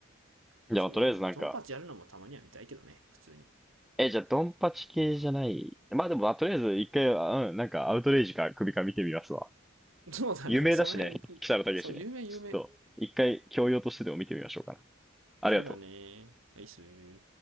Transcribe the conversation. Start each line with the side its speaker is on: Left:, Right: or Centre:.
Centre: じゃあ、
Right: そうだね。
Centre: とりあえずなんか、
Right: まあ、ドンパチやるのもたまには見たいけどね、普通に。
Centre: え、じゃあ、ドンパチ系じゃない。まあでも、まあ、とりあえず一回は、うん、なんか、アウトレイジか首か見てみますわ。
Right: そうだね。
Centre: 有名だしね、
Right: その辺、
Centre: 北野武ね。
Right: そう、
Centre: ちょっと、
Right: 有名、有名。
Centre: 一回、教養としてでも見てみましょうかな。ありがとう。
Right: そうだね。アイスー。